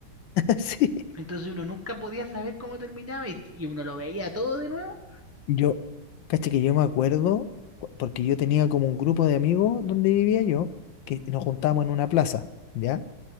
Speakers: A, on the left (about 75°); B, on the right (about 20°).
A: Sí.
B: Entonces uno nunca podía saber cómo terminaba y, y uno lo veía todo de nuevo,
A: Yo, caché que yo me acuerdo, cu- porque yo tenía como un grupo de amigos donde vivía yo, que nos juntábamos en una plaza, ¿ya?